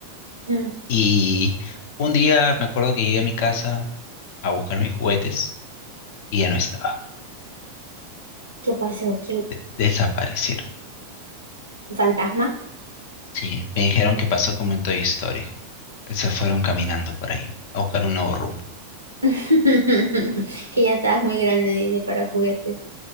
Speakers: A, on the right; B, on the left.
A: Mm,
B: Y un día me acuerdo que llegué a mi casa a buscar mis juguetes y ya no estaban.
A: ¿Qué pasó? ¿Quién?
B: De- desaparecieron.
A: ¿Fantasma?
B: Sí, me dijeron que pasó como en Toy Story, que se fueron caminando por ahí a buscar un nuevo rumbo.
A: <laughs> Que ya estabas muy grande, dice, para juguetes.